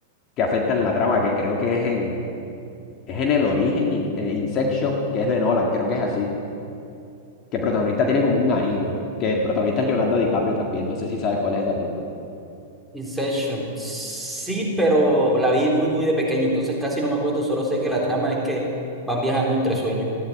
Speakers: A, on the left; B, in the centre.
A: que afectan la trama, que creo que es en, es en El Origen, in- eh, Inception, que es de Nolan, creo que es así, que el protagonista tiene como un anillo, que el protagonista es Leonardo DiCaprio también, no sé si sabes cuál es esa película.
B: Inception, sí, pero la vi muy, muy de pequeño, entonces casi no me acuerdo, solo sé que la trama es que van viajando entre sueños.